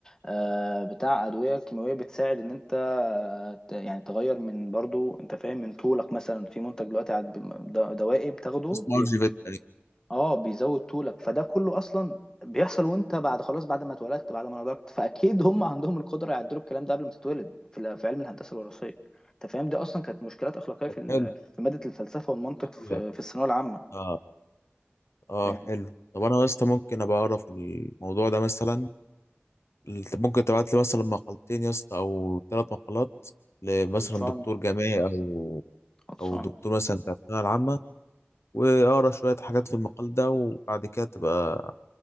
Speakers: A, on the left; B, on the left.
A: آه، بتاع ادويه كيماويه بتساعد ان انت آه، ت- يعني تغير من برضو انت فاهم من طولك مثلا في منتج دلوقتي عاد بم- د- دوائي بتاخده
B: اسمه أرجيفيت يعني
A: اه بيزود طولك فده كله اصلا بيحصل وانت بعد خلاص بعد ما اتولدت بعد ما نضجت فاكيد هم عندهم القدره يعدلوا الكلام ده قبل ما تتولد في ال- في علم الهندسه الوراثيه انت فاهم دي اصلا كانت مشكلات اخلاقيه في
B: طب
A: ال-
B: حلو
A: في ماده الفلسفه والمنطق
B: حلو
A: في
B: يعني.
A: في الثانويه العامه
B: آه. اه
A: فاهم
B: حلو طب انا يا اسطى ممكن ابقى اعرف الموضوع ده مثلا الت- ممكن تبعت لي مثلا مقالتين يا اسطى او ثلاث مقالات لمثلا
A: خلصان
B: دكتور جامعي او
A: خلصان
B: او دكتور مثلا بتاع الثانويه العامه واقرا شويه حاجات في المقال ده وبعد كده تبقى